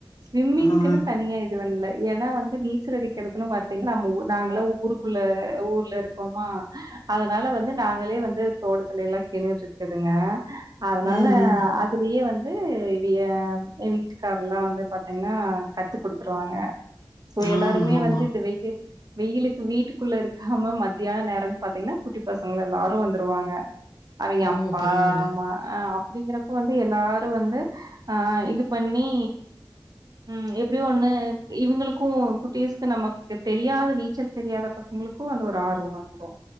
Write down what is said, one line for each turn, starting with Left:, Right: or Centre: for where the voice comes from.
Right: ஸ்விம்மிங்குனு
Left: ஆ
Right: தனியா இது பண்ல ஏனா வந்து நீச்சல் அடிக்கிறதுன்னு பாத்தீங்கன்னா நம்ம ஊ நாங்கள்லா ஊருக்குள்ள ஊர்ல இருக்கோமா அதனால வந்து நாங்களே வந்து தோடத்திலலா கிணறு இருக்குதுங்க அதனால
Left: ம் ம்
Right: அதுலயே வந்து இவிய எ வீட்டுக்காரெல்லா வந்து பாத் கன்னா கத்து குடுத்துருவாங்க சோ
Left: ஆ
Right: எல்லாருமே
Left: ஆமா
Right: வந்து இந்த வெயில் வெயிலுக்கு வீட்டுக்குள்ள இருக்காம மத்தியான நேரம் பாத்தீங்ன்னா குட்டி பசங்க எல்லாரு வந்துருவாங்க அவிங்க
Left: ஓ
Right: அப்பா
Left: பரவால்ல
Right: அம்மா அ அப்டிங்கறப் ப வந்து எல்லாரு வந்து ஆ இது பண்ணி ம் எப்டியு ஒண்ணு இவுங்களுக்கு குட்டீஸ்க்கு நமக்கு தெரியாத நீச்சல் தெரியாத பசங்களுக்கு அந்த ஒரு ஆர்வோ வந்துரு